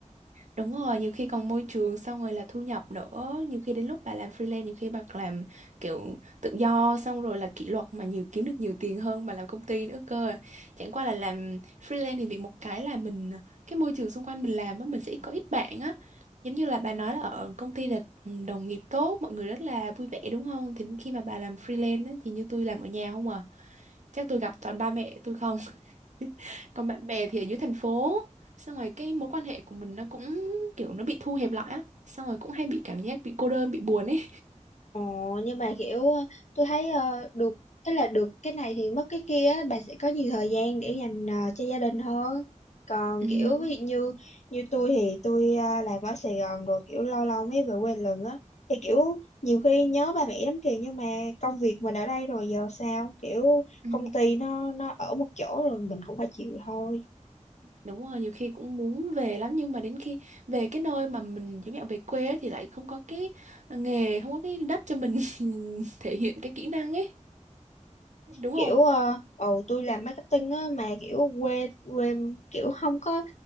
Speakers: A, on the right; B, on the left.
A: đúng rồi nhiều khi còn môi trường xong rồi là thu nhập nữa nhiều khi đến lúc bà làm freelance nhiều khi bà làm kiểu tự do xong rồi là kỷ luật mà nhiều kiếm được nhiều tiền hơn bà làm công ty nữa cơ chẳng qua là làm freelance thì bị một cái là mình cái môi trường xung quanh mình làm á mình sẽ có ít bạn á giống như là bà nói là ở công ty là ừ, đồng nghiệp tốt mọi người rất là vui vẻ đúng không thì đến khi mà bà làm freelance á, thì như tôi làm ở nhà không à chắc tôi gặp toàn ba mẹ tôi không <laughs> còn bạn bè thì ở dưới thành phố xong rồi cái mối quan hệ của mình nó cũng kiểu nó bị thu hẹp lại á xong rồi cũng hay bị cảm giác bị cô đơn bị buồn ấy
B: Ồ, nhưng mà kiểu ờ, tôi thấy ờ, được tức là được cái này thì mất cái kia á, bà sẽ có nhiều thời gian để dành ờ, cho gia đình hơn. Còn
A: <laughs> ừ,
B: kiểu
A: đúng
B: ví dụ như như tôi thì tôi ờ, làm ở Sài Gòn rồi kiểu lâu lâu mới về quê lần á thì kiểu nhiều khi nhớ ba mẹ lắm kìa nhưng mà công việc mình ở đây rồi giờ sao kiểu
A: ừ.
B: công ty nó nó ở một chỗ rồi mình cũng phải chịu thôi.
A: đúng rồi nhiều khi cũng muốn về lắm nhưng mà đến khi về cái nơi mà mình giống như về quê á thì lại không có cái nghề không có cái đất cho mình <laughs> thể hiện cái kỹ năng ấy đúng
B: kiểu
A: không
B: ờ, ồ tôi làm marketing á mà kiểu quê quê kiểu không có